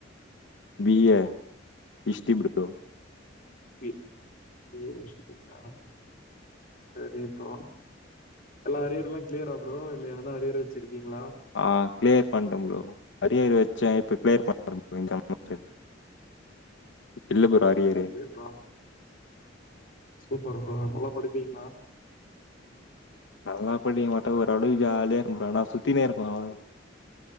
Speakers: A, on the left (about 70°); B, on the left (about 45°).
A: B A history bro
B: B A history ஆ செரி ப்ரோ எல்லா அரியர் எல்லா கிளியர் ஆ ப்ரோ இல்ல எதன அரியர் வச்சிருக்கீங்களா
A: ஆ கிளியர் பண்ட ப்ரோ அரியர் வச்சே இப்ப கிளியர் பண்ணிடே ப்ரோ இந்த மந்த் இல்ல ப்ரோ அரியரு.
B: ஓ செரி ப்ரோ சூப்பர் ப்ரோ நல்லா படிப்பீங்களா
A: நல்லா படிக்க மாட்ட ஓரளவுக்கு ஜாலியா இருக்க ஆனா சுத்தினே இருப்ப ப்ரோ